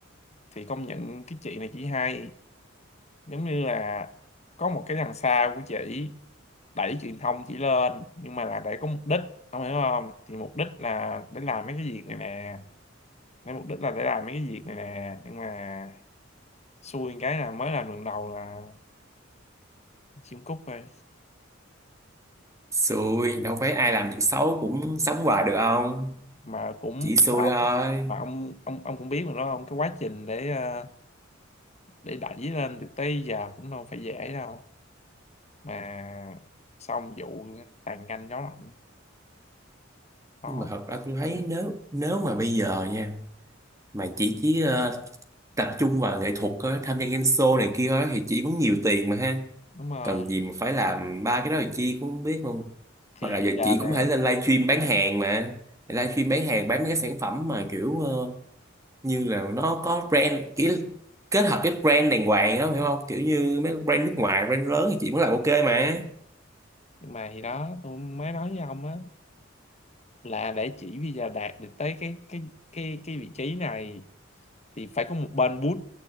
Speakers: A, on the left (about 35°); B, on the right (about 15°).
A: thì công nhận cái chị này chỉ hay giống như là có một cái đằng sau của chị đẩy truyền thông chỉ lên nhưng mà là để có mục đích ông hiểu không thì mục đích là để làm mấy cái việc này nè để mục đích là để làm mấy cái việc này nè nhưng mà xui cái là mới làm lần đầu là chim cút thôi
B: <laughs> xui đâu phải ai làm việc xấu cũng sống hoài được không
A: mà cũng
B: chỉ xui
A: mà ông
B: thôi
A: mà ông ông ông cũng biết mà đó không cái quá trình để ờ, để đẩy lên được tới giờ cũng đâu phải dễ đâu mà xong vụ tàn canh gió lạnh có
B: nhưng mà thật ra tôi thấy nếu nếu mà bây giờ nha mà chỉ chỉ ờ, tập trung vào nghệ thuật á, tham gia game show này kia thôi thì chỉ cũng nhiều tiền mà ha
A: đúng rồi
B: cần gì mà phải làm ba cái đó thì chi cũng không biết luôn
A: thì
B: hoặc là
A: bây
B: giờ
A: giờ
B: chị cũng
A: nè
B: có thể lên livestream bán hàng mà livestream bán hàng bán mấy cái sản phẩm mà kiểu ờ, như là nó có brand kiểu kết hợp cái brand đàng hoàng á hiểu không kiểu như mấy brand nước ngoài brand lớn thì chị mới làm ok mà
A: nhưng mà thì đó tôi mới nói với ông á là để chỉ bây giờ đạt được tới cái cái cái cái vị trí này thì phải có một bên boost